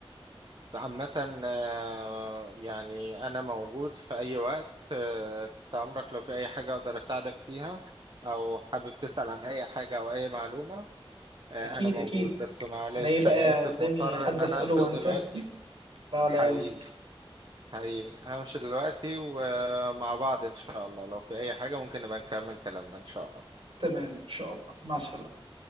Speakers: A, on the right (about 50°); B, on the right (about 70°).
A: عامة آه، يعني أنا موجود في أي وقت آه، تحت أمرك لو في أي حاجة أقدر أساعدك فيها أو حابب تسأل عن أي حاجة أو أي معلومة آه،
B: اكيد
A: أنا موجود
B: اكيد
A: بس معلش
B: انا ايه بقى
A: أنا آسف
B: قدامي
A: مضطر
B: حد
A: إن أنا
B: اساله
A: أقفل
B: وانساه
A: دلوقتي
B: لا على
A: حبيبي
B: يهمك
A: حبيبي همشي دلوقتي ومع بعض إن شاء الله لو في أي حاجة ممكن نبقى نكمل كلامنا إن شاء الله
B: تمام ان شاء الله مع السلامه